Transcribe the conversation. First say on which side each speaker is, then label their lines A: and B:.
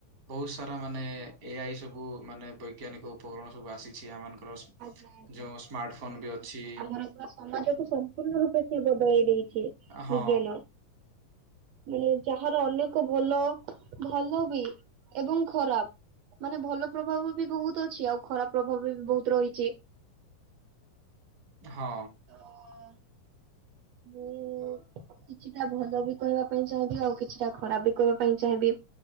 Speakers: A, on the right (about 35°); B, on the right (about 80°).
A: ବହୁତ ସାରା ମାନେ ଏଆଇ ସବୁ ମାନେ ବୈଜ୍ଞାନିକ ଉପକରଣ ସବୁ ଆସିଛି ଆମ ମାନଙ୍କର
B: ଆଜ୍ଞା ଆଜ୍ଞା।
A: ଯୋଉ
B: ବହୁତ
A: ସ୍ମାର୍ଟ ଫୋନ ବି ଅଛି
B: ଆମର ପୁରା ସମାଜକୁ ସମ୍ପୂର୍ଣ୍ଣ ରୂପେ ସିଏ ବଦଳେଇ ଦେଇଛି।
A: ହଁ।
B: ବିଜ୍ଞାନ ମାନେ ଯାହାର ଅନେକ ଭଲ ଭଲ ବି ଏବଂ ଖରାପ ମାନେ ଭଲ ପ୍ରଭାବ ବି ବହୁତ ଅଛି ଆଉ ଖରାପ ପ୍ରଭାବ ବି ବହୁତ ରହିଛି।
A: ହଁ।
B: ତ ମୁଁ
A: <unintelligible>
B: କିଛିଟା ଭଲ ବି କହିବା ପାଇଁ ଚାହିଁବି ଆଉ କିଛିଟା ଖରାପ ବି କହିବା ପାଇଁ ଚାହିଁବି।